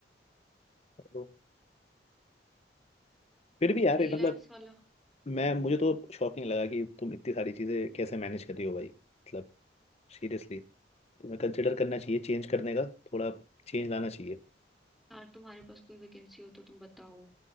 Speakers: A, on the left (about 35°); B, in the centre.
A: तो फिर
B: तो
A: भी यार
B: फ्रीलांस
A: ये मतलब
B: वाला
A: मैं मुझे तो शॉकिंग लगा कि तुम इतनी सारी चीज़ें कैसे मैनेज कर रही हो भाई मतलब सीरियसली तुम्हें कंसिडर करना चाहिए चेंज करने का थोड़ा चेंज लाना चाहिए
B: यार तुम्हारे पास कोई वैकेंसी हो तो तुम बताओ